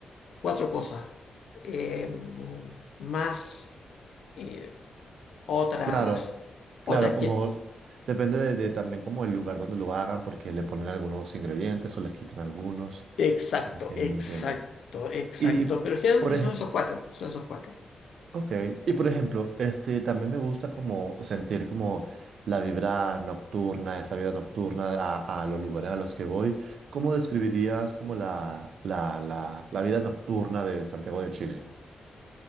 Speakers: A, on the left (about 75°); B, on the right (about 75°).
A: cuatro cosas, eh, más eh, otras,
B: Claro, claro,
A: otras
B: como
A: que...
B: depende de, de también como el lugar donde lo hagan, porque le ponen algunos ingredientes o les quitan algunos.
A: Exacto,
B: Entiendo,
A: exacto,
B: entiendo.
A: exacto,
B: Y
A: pero generalmente
B: por
A: son
B: ejemplo,
A: esos cuatro, son esos cuatro.
B: Ok, y por ejemplo, este, también me gusta como sentir como la vibra nocturna, esa vida nocturna a, a los lugares a los que voy. ¿Cómo describirías como la, la, la, la vida nocturna de Santiago de Chile?